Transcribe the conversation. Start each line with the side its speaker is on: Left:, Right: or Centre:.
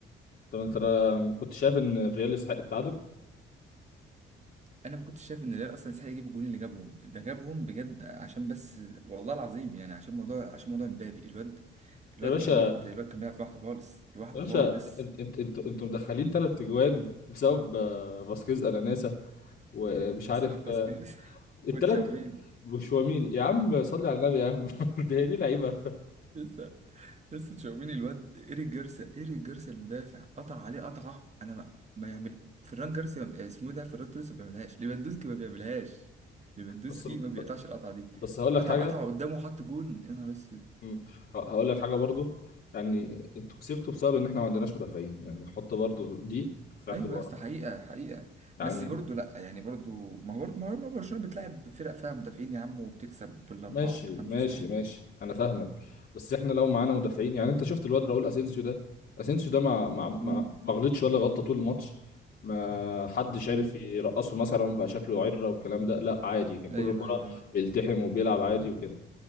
Left: طب انت ما كنت شايف ان الريال يستحق التعادل
Right: انا ما كنتش شايف ان الريال اصلا يستحق يجيب الجول اللي جابهم ده جابهم بجد عشان بس والله العظيم يعني عشان موضوع عشان موضوع امبابي الواد الواد
Left: يا باشا
Right: الواد الواد كان بيلعب لوحده خالص لوحده
Left: يا باشا
Right: خالص
Left: انت انت انت انتوا مدخلين ثلاث اجوان بسبب آه، فاسكيز اناناسا ومش
Right: بسبب
Left: عارف
Right: باسكيز
Left: آه،
Right: <laughs>
Left: التلات
Right: وتشاوميني
Left: وشواميني يا عم صلي على النبي يا عم <laughs> ده هي دي لعيبه
Right: لسه لسه تشاوميني الواد إيريك جارسيا إيريك جارسيا المدافع قطع عليه قطعة أنا ما, ما يعمل فران جارسيا ما- اسمه إيه ده فران توريس ما بيعملهاش ليفاندوسكي ما بيعملهاش ليفاندوسكي
Left: بس
Right: ما بيقطعش القطعة دي
Left: بس هقول لك
Right: قطع
Left: حاجه
Right: قطعة قدامه حط جون يا نهار اسود
Left: مم. ه- هقول لك حاجه برضو يعني انتوا كسبتوا بسبب ان احنا ما عندناش مدافعين يعني حط برضو دي في اعتبارك
Right: ايوه يا اسطى حقيقة حقيقة
Left: يعني
Right: بس برضه لا يعني برضه ما هو برضه ما هو برشلونة بتلعب فرق فيها مدافعين يا عم وبتكسب بالأربعة
Left: ماشي
Right: وبالخمسة
Left: ماشي
Right: عادي
Left: ماشي
Right: يعني
Left: انا فاهمك بس احنا لو معانا مدافعين يعني انت شفت الواد راؤول اسينسيو ده اسينسيو ده ما ما ما
Right: امم
Left: ما غلطش ولا غلطه طول الماتش ما حدش
Right: امم
Left: عارف يرقصه مثلا بقى شكله عره والكلام ده لا عادي ككل
Right: ايوه
Left: كره
Right: ايوه ايوه
Left: بيلتحم وبيلعب عادي وكده